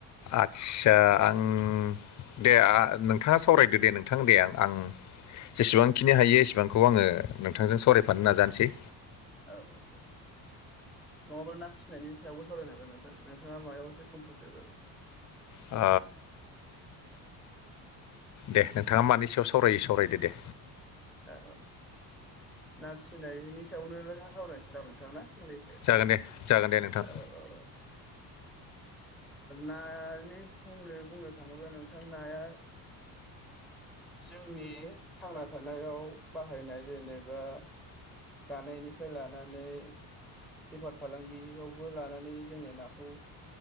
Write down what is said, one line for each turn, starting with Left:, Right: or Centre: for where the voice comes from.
Left: आदसा आं दे नोंथाङा सावरायदो दे नोंथां दे आं आं जेसेबांखिनि हायो एसेबांखौ आङो नोंथांजों सावरायफानो नाजानोसै।
Centre: औ दे नङाबा ना फिनायनि सायावबो सावरायनो हागोन नोंथां नोंथाङा माबायाव एसे कम्फरटेबोल
Left: ओ दे नोंथाङा मानि सायाव सावरायोै सावरायदो दे।
Centre: औ ना फिसिनायनि सायावनो सावरायनोसै दांं नोंथां फंनैसो।
Left: जागोन दे जागोन दे नोंथां।
Centre: औ औ ओ नानि समनो बुंनो थाङोब्ला नोंथां नाया। जोंनि थांना थानायाव बाहायनाय जेनेबा। जानायनिफ्राय लानानै। बेफार फालांगियावबो लानानै जोङो नाखौ